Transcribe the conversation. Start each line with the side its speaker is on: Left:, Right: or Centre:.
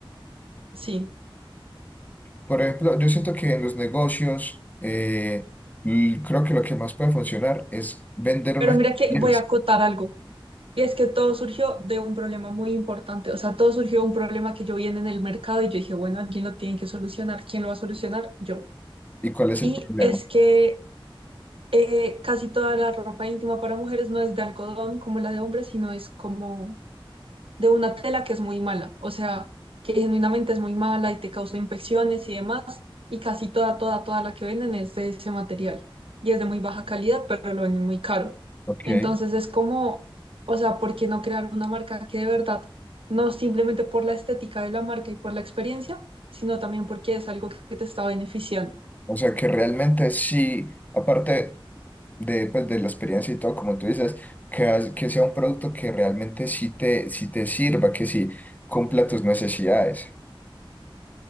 Right: sí.
Left: Por ejemplo, yo siento que en los negocios, eh, l- creo que lo que más puede funcionar es vender
Right: Pero
Left: una
Right: mira
Left: experiencia.
Right: que voy a acotar algo, y es que todo surgió de un problema muy importante, o sea, todo surgió de un problema que yo vi en el mercado y yo dije, bueno, alguien lo tiene que solucionar, ¿quién lo va a solucionar? Yo.
Left: ¿Y cuál es
Right: Y
Left: el problema?
Right: es que Eh, casi toda la ropa íntima para mujeres no es de algodón como la de hombres, sino es como de una tela que es muy mala, o sea, que genuinamente es muy mala y te causa infecciones y demás, y casi toda, toda, toda la que venden es de ese material. Y es de muy baja calidad, pero lo venden muy caro.
Left: Ok.
Right: Entonces es como, o sea, ¿por qué no crear una marca que de verdad, no simplemente por la estética de la marca y por la experiencia, sino también porque es algo que te está beneficiando?
Left: O sea, que realmente sí, aparte de, pues, de la experiencia y todo, como tú dices, que, has- que sea un producto que realmente sí te, sí te sirva, que sí cumpla tus necesidades.